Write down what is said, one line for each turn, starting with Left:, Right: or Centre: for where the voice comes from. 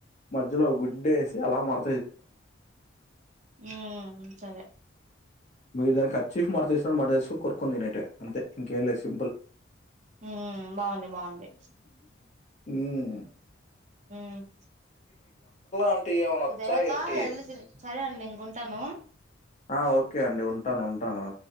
Left: మధ్యలో గుడ్డేసి అలా మడ
Right: ఉమ్ సరే
Left: మీరు దానికి కచ్చీఫ్ మాడ్తీసిన మటేసుకొని కొరుక్కుతినేదే అంతే ఇంకేలేస్ సింపల్
Right: ఉ బాగుంది బాగుంది
Left: ఉమ్
Right: ఉమ్
Left: అంటే ఏమైనా వచ్చా
Right: ఇదయకా
Left: ఏంటి?
Right: ఎల్లితిన్ సరే అండి ఇంకుంటాను
Left: ఆ ఓకే అండి ఉంటాను ఉంటాను